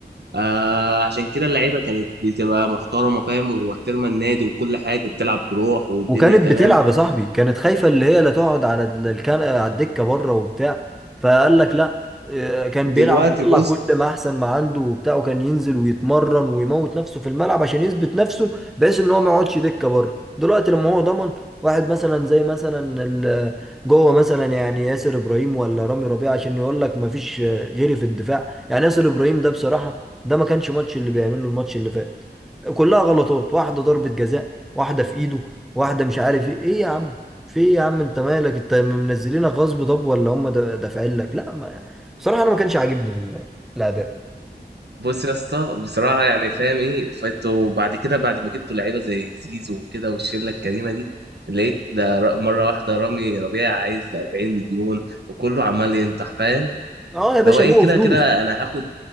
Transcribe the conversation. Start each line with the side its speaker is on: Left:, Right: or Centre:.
Right: آه عشان كده اللعيبه كانت بتبقى محترمه فاهم ومحترمه النادي وكل حاجه وبتلعب بروح والدنيا
Centre: وكانت
Right: تمام
Centre: بتلعب يا صاحبي كانت خايفة اللي هي لا تقعد على ال- الكنقة على الدكة بره وبتاع فقال لك لا آه، كان بيلعب
Right: دلوقتي
Centre: ويطلع
Right: بص
Centre: كل ما احسن ما عنده وبتاع وكان ينزل ويتمرن ويموت نفسه في الملعب عشان يثبت نفسه بحيث ان هو ما يقعدش دكة بره دلوقتي لما هو ضمن واحد مثلا زي مثلا ال- جوه مثلا يعني ياسر ابراهيم ولا رامي ربيعه عشان يقول لك ما فيش آه، غيري في الدفاع يعني ياسر ابراهيم ده بصراحة ده ما كانش ماتش اللي بيعمله الماتش اللي فات كلها غلطات واحدة ضربة جزاء واحدة في ايده واحده مش عارف ايه ايه يا عم في ايه يا عم انت مالك انت منزلينك غصب طب ولا هم دا- دافعين لك لا ما بصراحه انا ما كانش عاجبني ال- الاداء
Right: بص يا اسطى بصراحه يعني فاهم ايه فانتوا بعد كده بعد ما جبتوا لعيبه زي زيزو وكده والشله الكريمه دي لقيت ده ر- مره واحده رامي ربيع عايز 40 مليون وكله عمال ينطح فاهم
Centre: اه يا
Right: اللي
Centre: باشا
Right: هو ايه
Centre: لقوا
Right: كده
Centre: فلوس
Right: كده انا هاخد